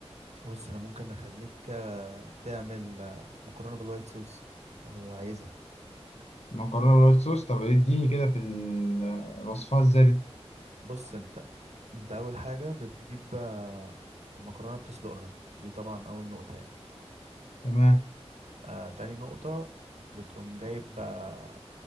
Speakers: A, on the right; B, on the left.
A: بص انا ممكن اخليك آه، تعمل آه، مكرونه بالوايت صوص لو عايزها
B: مكرونة وايت صوص طب اديني كده في ال- آه، وصفها ازاي دي
A: بص انت انت اول حاجه بتجيب آه، المكرونه بتسلقها دي طبعا اول نقطه يعني
B: تمام
A: آه تاني نقطه بتقوم جايب آه